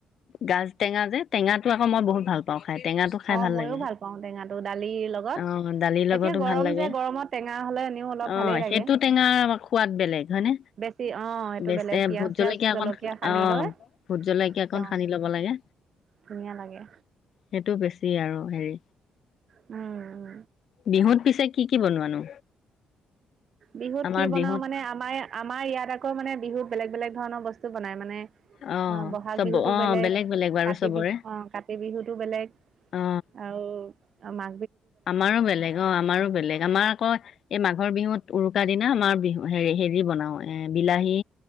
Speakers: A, on the left (about 65°); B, on the right (about 55°).
A: গাজ টেঙা যে, টেঙাতটো আকৌ মই বহুত ভাল পাওঁ। খাই টেঙাটো খাই
B: অঁ, মইও
A: লাগে
B: ভাল পাওঁ টেঙাটো দালিৰ লগত
A: অ দালিৰ লগতো
B: এতিয়া গৰম
A: ভাল লাগে
B: যে গৰমত টেঙা হলে এনেও অলপ
A: অ
B: ভালেই লাগে
A: সেইটো টেঙা সোৱাদ বেলেগ হয়নে
B: বেছি অঁ, এইটো
A: বেচ
B: বেলেগ পিয়াজ।
A: ভোট
B: চিয়াজ
A: জলকীয়া অকন
B: সানি
A: অ
B: লৈ
A: ভোট জলকীয়া
B: একদম
A: অকণ সানি লব লাগে
B: ধুনীয়া লাগে
A: সেইটো বেছি। আৰু হেৰি।
B: উম।
A: বিহুত পিছে কি কি বনোৱানো?
B: বিহুত
A: আমাৰ
B: কি বনাও
A: বিহুত
B: মানে আমাৰ আমাৰ ইয়াত আকৌ মানে বিহুত, বেলেগ বেলেগ ধৰণৰ বস্তু বল বনাই মানে।
A: অ
B: অঁ, বহাগ
A: চব
B: বিহুতো
A: অ
B: বেলেগ
A: বাৰু
B: কাতি
A: চবৰে
B: বিহুতো অঁ, কাতি বিহুতো বেলেগ
A: অ
B: আও অঁ, মা
A: আমাৰো বেলেগ অঁ, আমাৰো বেলেগ আমাৰ আকৌ এই মাঘৰ বিহুত। উৰুকা দিনা আমাৰ বিহু হে হেৰি বনাও এ বিলাহী